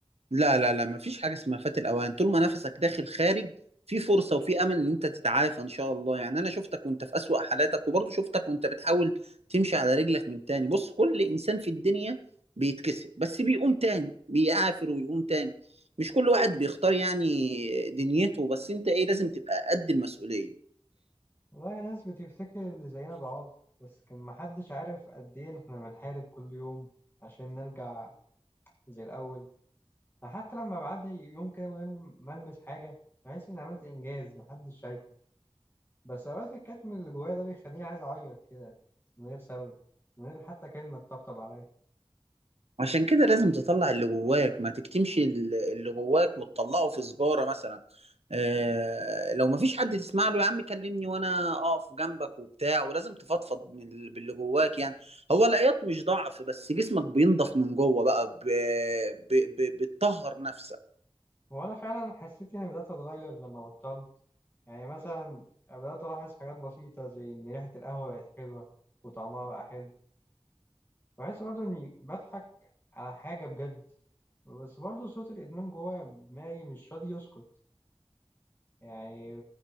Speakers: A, on the right; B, on the left.
A: لا لا لا مفيش حاجة اسمها فات الأوان طول ما نفسك داخل خارج في فرصة وفي أمل إن أنت تتعافى إن شاء الله يعني أنا شفتك وأنت في أسوأ حالاتك وبرضه شفتك وأنت بتحاول تمشي على رجلك من تاني بص كل إنسان في الدنيا بيتكسر بس بيقوم تاني بيعافر ويقوم تاني مش كل واحد بيختار يعني دنيته بس أنت إيه لازم تبقى قد المسؤولية
B: والله ناس بتفتكر اللي زينا ضعاف بس كان محدش عارف قد إيه إحنا بنحارب كل يوم عشان نرجع زي الأول حتى لما بعد يوم كده من غير ما ألمس حاجة بحس إني عملت إنجاز محدش شايفه بس أوقات الكتم اللي جوايا ده بيخليني عايز أعيط كده من غير سبب من غير حتى كلمة تطبطب عليا
A: عشان كده لازم تطلع اللي جواك ما تكتمش ال- اللي جواك وتطلعه في سجارة مثلا آه لو ما فيش حد تسمع له يا عم كلمني وانا اقف جنبك وبتاع ولازم تفضفض من ال- باللي جواك يعني هو العياط مش ضعف بس جسمك بينضف من جوه بقى ب- ب- ب- بتطهر نفسك
B: وأنا فعلا حسيت إني بدأت أتغير لما بطلت يعني مثلا بدأت ألاحظ حاجات بسيطة زي إن ريحة القهوة بقت حلوة وطعمها بقى حلو بحس برضو إني بضحك على حاجة بجد بس برضو صوت الإدمان جوايا دماغي مش راضي يسكت يعني